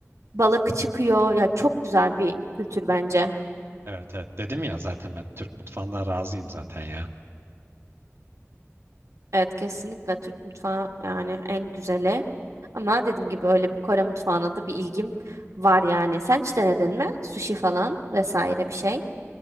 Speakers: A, on the right; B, on the right.
A: balık çıkıyor. Ya çok güzel bir kültür bence.
B: Evet evet dedim ya zaten ben Türk mutfağından razıyım zaten ya.
A: Evet kesinlikle Türk mutfağı yani en güzeli. Ama dediğim gibi öyle bir Kore mutfağına da bir ilgim var yani. Sen hiç denedin mi? Sushi falan vesaire bir şey.